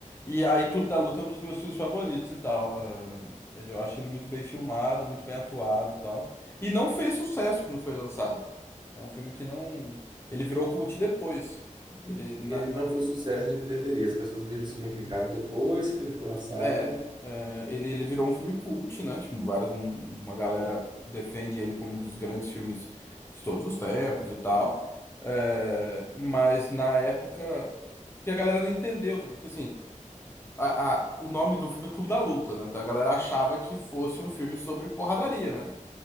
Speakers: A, on the left (about 20°); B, on the right (about 35°).
A: E aí Clube da Luta é um dos meus filmes favoritos e tal. Ah, ele, eu acho ele muito bem filmado, muito bem atuado e tal. E não fez sucesso quando foi lançado. É um filme que não... Ele virou cult depois. Ele,
B: Ele
A: na,
B: não foi um sucesso de bilheteria. As pessoas viram o significado depois que ele foi lançado.
A: É, é, ele, ele virou um filme cult, né? Tipo, várias, um- uma galera defende ele como um dos grandes filmes de todos os tempos e tal. É, mas na época, porque a galera não entendeu, tá? porque assim, a, a- o nome do filme é Clube da Luta, né? Então a galera achava que fosse um filme sobre porradaria, né?